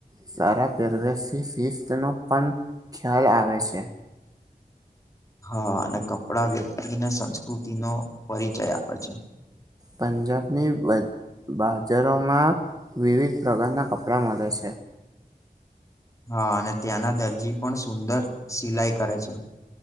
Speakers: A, on the right (about 25°); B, on the left (about 20°).
A: સારા પેરવેસી શિસ્તનો પણ ખ્યાલ આવે છે.
B: હ અને કપડા વ્યક્તિને સંસ્કૃતિનો પરિચય આપે છે.
A: પંજાબની બ બાજારોમાં વિવિધ પ્રકારનાં કપડાં મલે છે.
B: હા અને ત્યાંના દરજી પણ સુંદર સિલાઈ કરે છે.